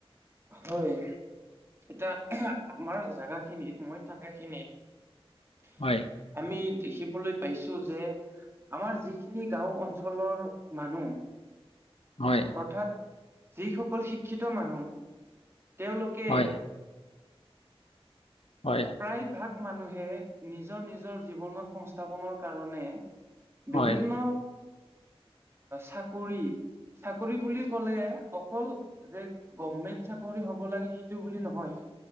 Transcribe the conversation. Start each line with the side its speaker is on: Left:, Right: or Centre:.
Right: হয়। এতিয়া আমাৰ জাগা খিনিত, মই থকা খিনিত
Left: হয়।
Right: আমি দেখিবলৈ পাইছো যে আমাৰ যিখিনি গাঁও অঞ্চলৰ মানুহ
Left: হয়।
Right: অৰ্থাৎ যিসকল শিক্ষিত মানুহ তেওঁলোকে
Left: হয় হয়।
Right: প্ৰায় ভাগ মানুহে নিজৰ নিজৰ জীৱনৰ সংস্থাপনৰ কাৰণে
Left: হয়
Right: বিভিন্ন চাকৰি চাকৰি বুলি কলে অকল যে, গভমেন্ট চাকৰি হ'ব লাগে সেইটো বুলি নহয়।